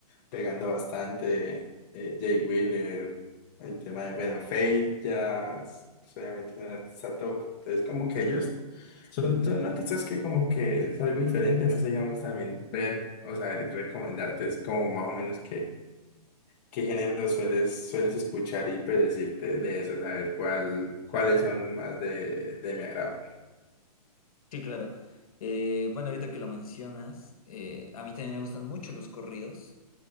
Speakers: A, on the left (about 35°); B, on the left (about 60°).
A: pegando bastante, eh, Jay Wheeler, el tema de, bueno, Fate ya es- pues, obviamente es un artista top, entonces como que ellos son, son artistas que como que es algo diferente, no sé, digamos también ver, o saber recomendarte es como más o menos ¿Qué género sueles, sueles escuchar y pues decirte de eso, saber cuál, cuáles son más de, de mi agrado?
B: Sí, claro. Eh, bueno, ahorita que lo mencionas, eh, a mí también me gustan mucho los corridos.